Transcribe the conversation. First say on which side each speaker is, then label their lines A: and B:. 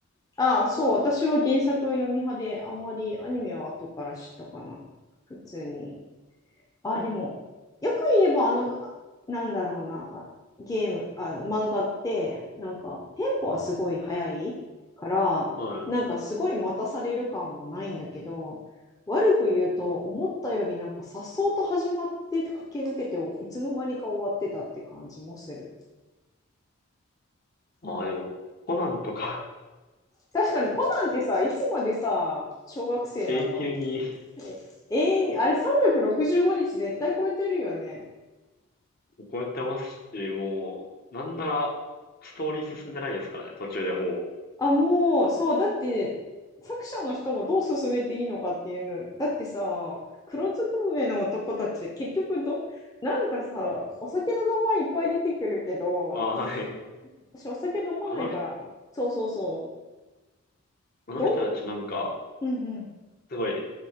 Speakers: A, on the left (about 15°); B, on the left (about 45°).
A: ああ、そう、私は原作を読み派で、あんまりアニメは後から知ったかな。普通に。あ、でも、よく言えば、あの、あなんだろうな、ゲーム、あ、漫画って、なんか、テンポはすごい速いから、
B: はい。
A: なんか、すごい待たされる感はないんだけど、悪く言うと、思ったよりなんか、颯爽と始まって、駆け抜けて、いつの間にか終わってたって感じもする。
B: ああ、
A: うん。
B: でも、コナンとか
A: 確かに、コナンってさ、いつまでさ、小学生なの
B: <laughs> 永久に
A: え永遠に、あれ365日絶対超えてるよね。
B: 超え <laughs> てますし、もう、なんなら、ストーリー進んでないですからね、途中でほぼ。
A: あ、もう、そう、だって、作者の人もどう進めていいのかっていうの、だってさ、黒ずくめの男たち、結局ど、なんかさ、お酒の名前いっぱい出てくるけど、
B: ああ、はい。
A: 私お酒飲まないから、
B: あの、
A: そうそうそう、
B: あの人たちなんか、
A: どううんうん、
B: すごい、